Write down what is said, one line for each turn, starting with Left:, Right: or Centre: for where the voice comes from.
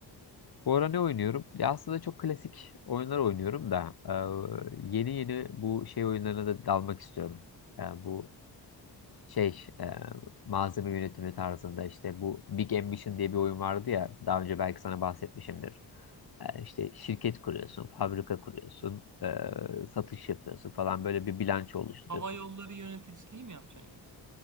Left: bu ara ne oynuyorum? Ya aslında çok klasik oyunlar oynuyorum da eee, yeni yeni bu şey oyunlarına da dalmak istiyorum. Yani bu şey eee, malzeme yönetimi tarzında işte bu Big Ambition diye bir oyun vardı ya daha önce belki sana bahsetmişimdir. Eee, işte şirket kuruyorsun, fabrika kuruyorsun, eee, satış yapıyorsun falan böyle bir bilanço oluşturuyorsun
Right: Hava yolları yöneticiliği mi yapacaksın yoksa?